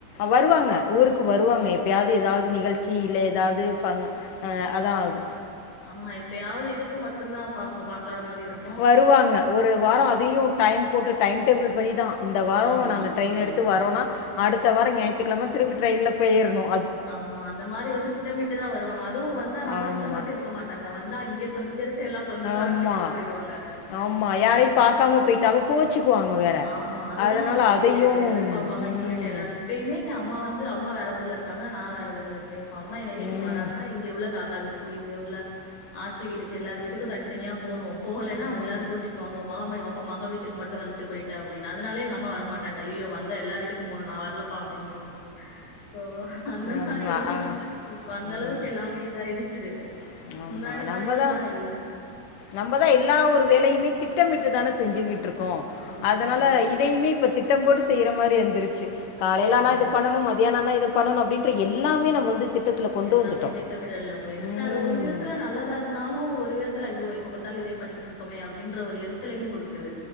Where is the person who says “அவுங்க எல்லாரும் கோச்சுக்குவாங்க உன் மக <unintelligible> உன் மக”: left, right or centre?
Left